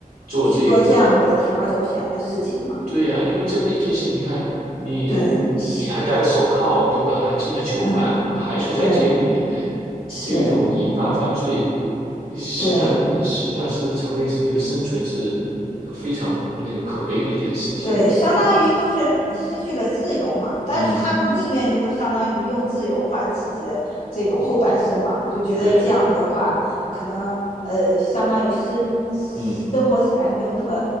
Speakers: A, on the right (about 85°); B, on the left (about 75°).
A: 做这个。
B: 去做这样的铤而走险的事情嘛。
A: 对呀、啊因为这毕竟是你看你你你还戴着手铐，
B: 对，是
A: 对吧？还进了囚犯，
B: 嗯，
A: 还是在监狱里面，
B: 对，是，
A: 这种淫犯犯罪，呃实际上实际上是成为一个生存是
B: 对，
A: 呃非常那个可悲的一件事情。
B: 对，相当于就是你失去了自由嘛，但是他们宁愿就是相当于用自由换自己的这种后半生嘛，
A: 嗯，
B: 就觉得这样的话，
A: 对，
B: 可能呃，相当于生
A: 嗯，
B: 生活起来没有那么